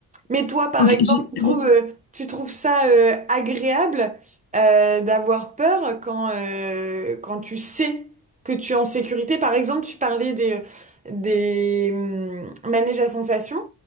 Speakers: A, on the right; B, on the left.
A: Mais toi, par
B: ok.
A: exemple,
B: j'ai-
A: tu trouves,
B: j'ai-
A: euh, tu trouves ça euh, agréable euh, d'avoir peur quand, euh, quand tu sais que tu es en sécurité. Par exemple, tu parlais des, des hum, manèges à sensations.